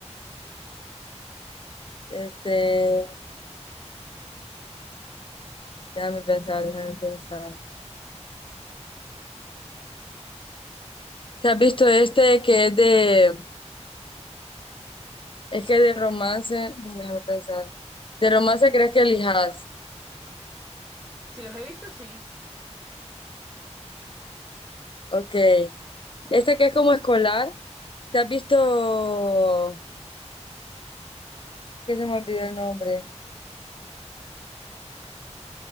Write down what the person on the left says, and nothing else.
este, déjame pensar, déjame pensar. ¿Te has visto este que es de, es que de romance? No, Déjame pensar. ¿De romance crees que elijas?
Ok. Este que es como escolar. ¿Te has visto? Que se me olvidó el nombre.